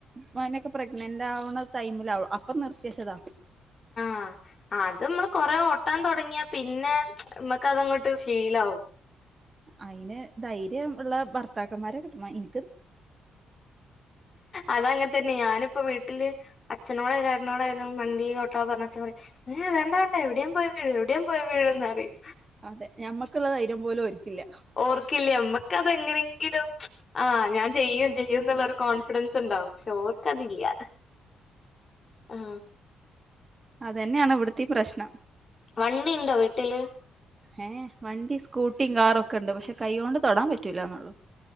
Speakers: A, on the right; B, on the left.
A: മോനൊക്കെ പ്രഗ്നന്റ് ആവണടൈമില അപ്പനിർത്തിച്ചതാ
B: ആ അത് മ്മള് കൊറെ ഓട്ടാൻ തതൊടങ്ങിയാ പിന്നെ മ്മക്ക്അതങ്ങോട്ട് ശീലആവും
A: അയിന് ധൈര്യംഇള്ള ഭർത്താക്കന്മാരെകിട്ടണം ഇൻ
B: അതങ്ങൻതന്നെ ഞാനിപ്പൊവീട്ടില് അച്നോടായാലും ചേട്ടനോടായാലും വണ്ടി ഓട്ടാപർഞ്ഞ അച്ഛൻപറിം ഏ വേണ്ടവേണ്ട എവിടേംപോയവീഴും എവിടേംപൊയവിഴുംന്നറിം
A: അതെ ഞമ്മക്കുള്ള ധൈര്യം പോലും ഓര്ക്കില്ല
B: ഓർക്കില്ലേ അമ്മക്കതെങ്ങനെങ്കിലും ആ ഞാൻ ചെയ്യുംചെയ്യുംന്നുള്ളരു കോൺഫിഡൻസ്ണ്ടാവും ശെ ഓർകതില്ല ആ
A: അത് തന്നെയാണ് ഇവിടുത്തെ പ്രശ്നം
B: വണ്ടിയുണ്ടോ വീട്ടില്
A: ഏ വണ്ടി സ്കൂട്ടിയും കാറൊക്കെ ഉണ്ട് പക്ഷെ കൈ കൊണ്ട് തൊടാൻ പറ്റൂല്ല നമ്മൾ